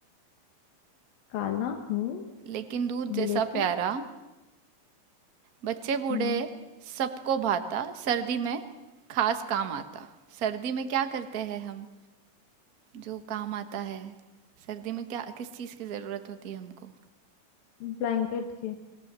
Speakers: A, on the left (about 85°); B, on the right (about 75°).
A: काला हूँ
B: लेकिन दूध जैसा
A: लेकिन
B: प्यारा बच्चे बूढ़े
A: हम्म
B: सबको भाता सर्दी में खास काम आता सर्दी में क्या करते हैं हम जो काम आता है सर्दी में क्या किस चीज़ की ज़रूरत होती है हमको
A: ब्लैंकेट के